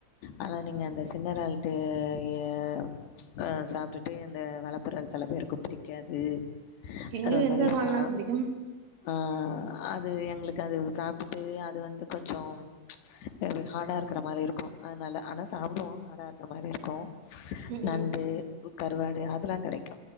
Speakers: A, on the left; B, on the right.
A: ஆனா நீங்க அந்த சின்ன ராலுக்கு யஹ் அஹ் ப்ச சாப்ட்டுட்டு அந்த வளப்புராலு செல பேருக்கு பிடிக்காது
B: எங்களுக்கு
A: அது ஒரு மாரிஹா
B: எந்த இறால்னாலு புடிக்கு
A: ஆஹ் அது எங்களுக் கு அது சாப்ட்டுட்டு அது வந்து கொஞ்சோ ப்ச் எப்டி ஹார்டா இருக்குற மாரி இருக்கோ அதுனால ஆனா சாப்பிடுவோ ஹார்டா இருக்கிற மாரி இருக்கூ
B: ம்
A: நண்டு
B: ம்
A: கு கருவாடு அதெல்லா கெடைக்கு.